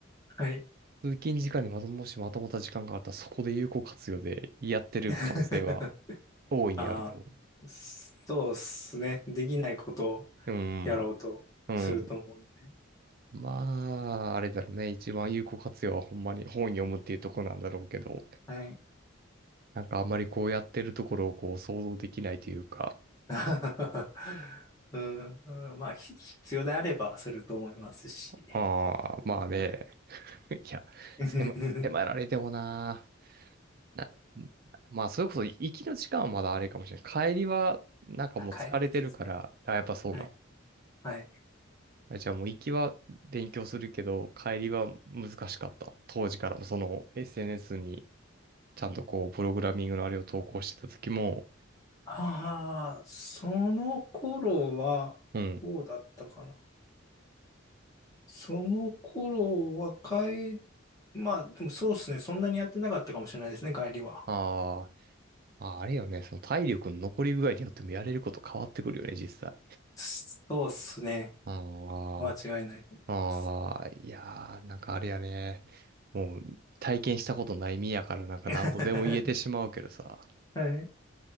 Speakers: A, on the left; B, on the right.
A: はい。
B: 通勤時間にまとも、しまとまった時間があったらそこで有効活用でやってる可能性は
A: <laughs>
B: 大いにあると思
A: ああ、そうっすね。できないことを
B: う。うん、
A: やろうとすると思うんで。
B: うん。うんまあ、あれだろうね。一番有効活用はほんまに本読むっていうとこなんだろうけど、
A: はい。
B: なんかあんまりこうやってるところをこう想像できないというか、
A: <laughs> うん、うんまあ、ひ必要であればすると思いますし。
B: ああ、まあね。
A: はい。
B: <laughs> いや、
A: <laughs>
B: 迫、迫られてもなな、まあ、それこそ行きの時間はまだあれかもしれない。帰りは、なんかもう疲れてるから、
A: あ帰りきついですね。
B: あ、やっぱそうなの。
A: はい。はい。
B: あじゃあもう行きは勉強するけど、帰りは難しかった。当時からもその SNS にちゃんとこう、プログラミングのあれを投稿してた時も、
A: ああ、その頃は、
B: うん。
A: どうだったかな。その頃は、帰、まあ、でもそうですね。そんなにやってなかったかもしれないですね、帰りは。
B: あーまあ、あれよね、その体力の残り具合によってもやれること変わってくるよね、実際。
A: そうですね。
B: あ
A: 間違いないと思います。
B: あああいやー、なんかあれやね。もう体験したことない身やからなんか何度でも言えてしまうけどさ。
A: <laughs> はい。